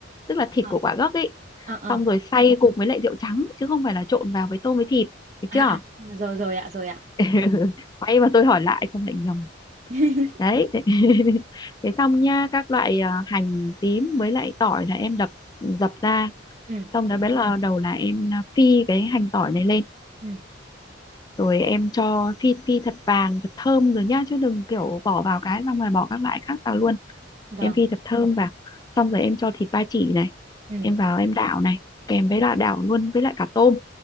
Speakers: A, on the left (about 20°); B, on the right (about 40°).
A: tức là thịt
B: À,
A: của quả gấc ấy
B: à,
A: xong
B: à,
A: rồi xay cùng với lại rượu trắng chứ không phải là trộn vào với tôm với thịt được
B: à,
A: chưa
B: à, rồi rồi ạ, rồi ạ.
A: <laughs> quay mà tôi hỏi lại không lại nhầm
B: <laughs>
A: đấy thế, <laughs> thế xong nha các loại à, hành tím với lại tỏi là em đập dập ra
B: Ừ,
A: xong đó bắt là đầu là em à, phi cái hành tỏi này lên
B: ừ,
A: rồi em cho phi phi thật vàng thật thơm rồi nhá chứ đừng kiểu
B: ừ,
A: bỏ vào cái xong rồi bỏ các loại khác vào luôn
B: vâng,
A: em phi thật thơm vào xong rồi em cho thịt ba chỉ này
B: ừ,
A: em vào em đảo này kèm với là đảo luôn với lại cả tôm